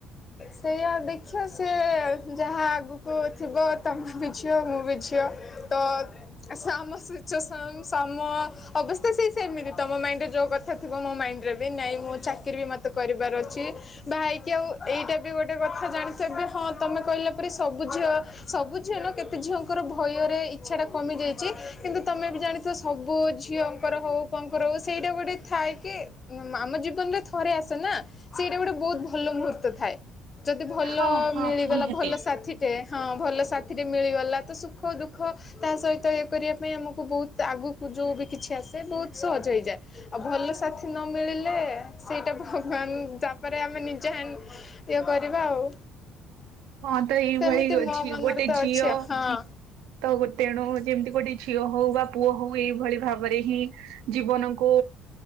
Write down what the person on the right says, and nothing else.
ହଁ ହଁ
ନିହାତି
ହଁ ତ ଏଇଭଳି
ଅଛି
ଗୋଟେ
ଝିଅ
ତ ତେଣୁ ଯେମିତି ଗୋଟେ ଝିଅ ହଉ ବା ପୁଅ ହଉ ଏଇଭଳି ଭାବରେ ହିଁ ଜୀବନକୁ